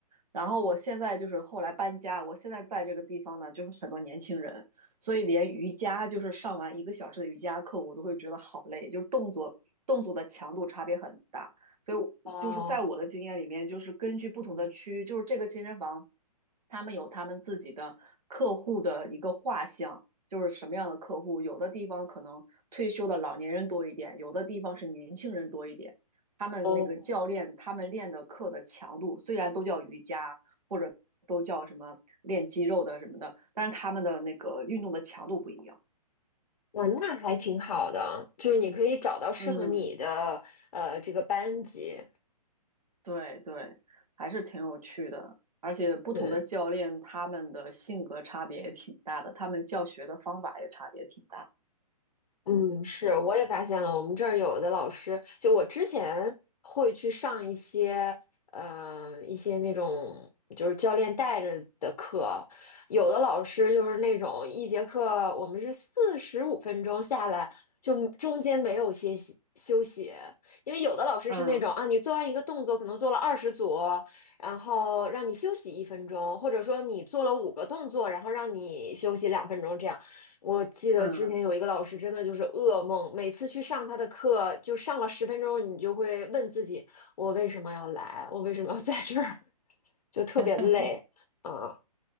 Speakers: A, on the right (about 70°); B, on the left (about 65°).
A: 然后我现在就是后来搬家，我现在在这个地方呢，就是很多年轻人，所以连瑜伽就是上完一个小时的瑜伽课，我都会觉得好累，就是动作动作的强度差别很大。所以我就是在我的经验里面，
B: 哦
A: 就是根据不同的区，就是这个健身房，他们有他们自己的客户的一个画像，就是什么样的客户，有的地方可能退休的老年人多一点，有的地方是年轻人多一点。他们那个教练他们练的课的强度，
B: 哦。
A: 虽然都叫瑜伽或者都叫什么练肌肉的什么的，但是他们的那个运动的强度不一样。
B: 哇，那还挺好的，就是你可以找到适合你的呃这个班级。
A: 嗯，对对，还是挺有趣的。而且不同的教练他们的性格差别也挺大的，
B: 对，
A: 他们教学的方法也差别挺大。
B: 嗯，是，我也发现了，我们这儿有的老师，就我之前会去上一些，呃，一些那种就是教练带着的课，有的老师就是那种一节课我们是四十五分钟下来，就中间没有歇息休息，因为有的老师是那种啊，
A: 嗯
B: 你做完一个动作可能做了二十组，然后让你休息一分钟，或者说你做了五个动作，然后让你休息两分钟这样。我记得之前有一个老师，
A: 嗯，
B: 真的就是噩梦，每次去上他的课，就上了十分钟，你就会问自己，我为什么要来？我为什么要在这儿？<laughs> 就特别累。
A: <laughs>
B: 啊，